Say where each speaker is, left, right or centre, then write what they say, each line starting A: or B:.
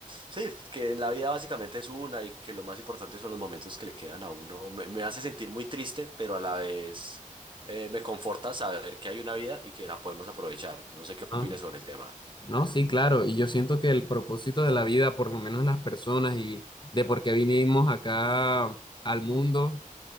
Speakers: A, on the right (about 35°); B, on the left (about 35°).
A: Sí, que en la vida básicamente es una y que lo más importante son los momentos que le quedan a uno. Me, me hace sentir muy triste, pero a la vez eh, me conforta saber que hay una vida y que la podemos aprovechar. No sé qué
B: ¿no?
A: opines sobre el tema.
B: No, sí, claro, y yo siento que el propósito de la vida, por lo menos las personas y de por qué vinimos acá al mundo,